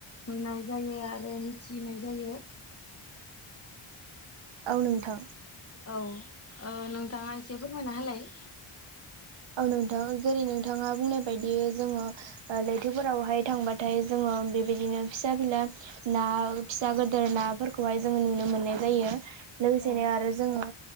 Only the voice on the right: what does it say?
औ नोंथां।
औ नोंथां जेरै नोंथाङा बुंनाय बायदि जोङो ओ लैथोफोरावहाय थांबाथाय जोङो बेबायदिनो फिसा फिला ना फिसा गोदोर नाफोरखौहाय जोङो नुनो मोननाय जायो लोगोसेनो
आरो जोङो